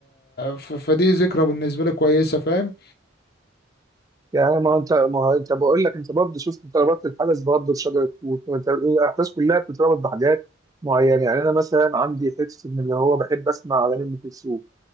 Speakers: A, on the left (about 55°); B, on the right (about 20°).
A: ف... فدي ذكرى بالنسبة لي كويسة فاهم
B: يعني ما هو انت ما هو انت بقول لك انت برضه شفت انت ربطت الحدث برضه بشجره توت وانت الاحداث كلها بتتربط بحاجات معينه يعني انا مثلا عندي حته ان اللي هو بحب اسمع اغاني ام كلثوم